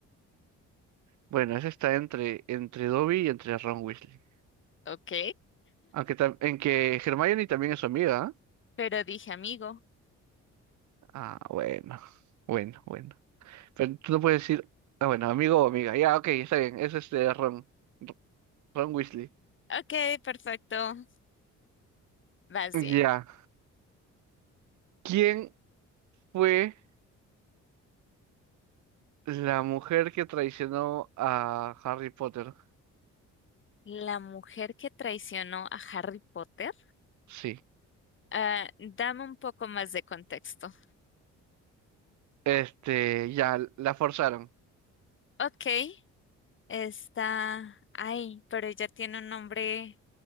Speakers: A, on the right; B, on the left.
A: Bueno, ese está entre, entre Dobby y entre Ron Weasley.
B: Ok.
A: Aunque tam- en que Hermione también es su amiga.
B: Pero dije amigo.
A: ¿ah? Ah, bueno. Bueno, bueno. Pero tú no puedes decir, ah, bueno, amigo o amiga. Ya, ok, está bien. Es este Ron. R- Ron Weasley.
B: Ok, perfecto. Vas
A: Ya.
B: bien.
A: ¿Quién fue la mujer que traicionó a Harry Potter?
B: La mujer que traicionó a Harry Potter.
A: Sí.
B: Ah, dame un poco más de contexto.
A: Este, ya, la forzaron.
B: Ok, está... Ay, pero ella tiene un nombre